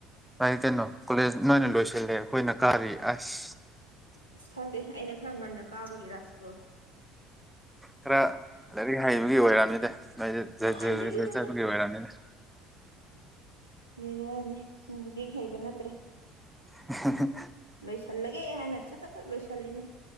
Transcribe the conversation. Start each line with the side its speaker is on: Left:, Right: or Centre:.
Centre: ꯑꯩ ꯀꯩꯅꯣ ꯀꯣꯂꯦꯖ ꯅꯣꯏꯅ ꯂꯣꯏꯁꯤꯜꯂꯦ ꯑꯩꯈꯣꯏꯅ ꯀꯥꯔꯤ ꯑꯁ
Left: ꯑꯁ ꯈꯪꯗꯦ ꯑꯩꯅ ꯈꯔ ꯉꯟꯅ ꯀꯥꯕꯒꯤꯔ ꯏꯁꯀ꯭ꯨꯜ
Centre: ꯈꯔ ꯂꯥꯏꯔꯤꯛ ꯍꯩꯕꯒꯤ ꯑꯣꯏꯔꯅꯤꯗ ꯃꯖꯖ
Left: ꯀꯥꯏꯗꯒꯤꯅꯣꯗ
Centre: ꯆꯠꯒꯦ ꯋꯥꯔꯅꯤ
Left: ꯃꯔꯅꯤ ꯅꯨꯄꯤ ꯍꯩꯕ ꯅꯠꯇ꯭ꯔꯦ
Centre: ꯍꯥꯍꯥ ꯍꯥꯍꯥꯍꯥ
Left: ꯂꯣꯏꯁꯜꯂꯒꯦ ꯍꯥꯏꯅ ꯁꯠ ꯁꯠ ꯁꯠ ꯂꯣꯏꯁꯤꯜꯂꯤꯅꯦ